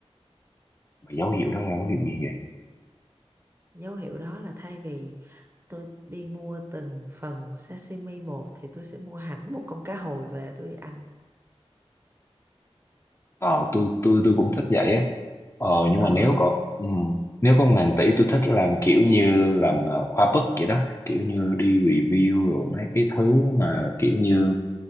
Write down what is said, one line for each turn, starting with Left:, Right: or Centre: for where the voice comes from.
Left: mà dấu hiệu đó là dấu hiệu gì vậy?
Right: dấu hiệu đó là thay vì tôi đi mua từng phần sashimi một thì tôi sẽ mua hẳn một con cá hồi về tôi ăn
Left: Ờ, tôi tôi tôi cũng thích vậy á. Ờ nhưng
Right: ừ
Left: mà nếu có ừm, nếu có ngàn tỷ tôi thích làm kiểu như làm ờ, khoa bức vậy đó kiểu như đi review rồi mấy cái thứ mà kiểu như